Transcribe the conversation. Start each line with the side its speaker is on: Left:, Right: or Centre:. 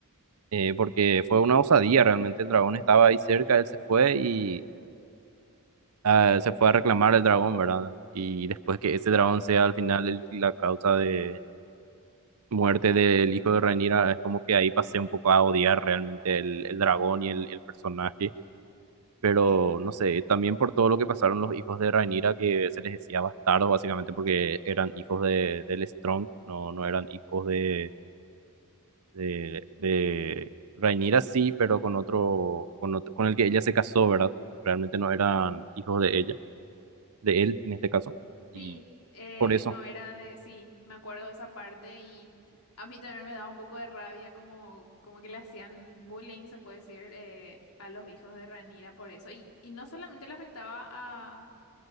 Right: eh, porque fue una osadía realmente, el dragón estaba ahí cerca, él se fue y ah, se fue a reclamar el dragón, ¿verdad? Y después que ese dragón sea al final el- la causa de muerte del hijo de Rhaenyra, es como que ahí pasé un poco a odiar realmente el, el dragón y el, el personaje. pero no sé, también por todo lo que pasaron los hijos de Rhaenyra, que se les decía bastardos básicamente porque eran hijos de, del Strong, no, no eran hijos de, de, de Rhaenyra sí, pero con otro, con otro, con el que ella se casó, ¿verdad? Realmente no eran hijos de ella, de él en este caso, y
Left: Sí, eh,
Right: por eso,
Left: no era de, sí, me acuerdo de esa parte y a mí también me daba un poco de rabia como, como que le hacían bullying, se puede decir, eh, a los hijos de Ranira por eso. Y, y no solamente le afectaba a,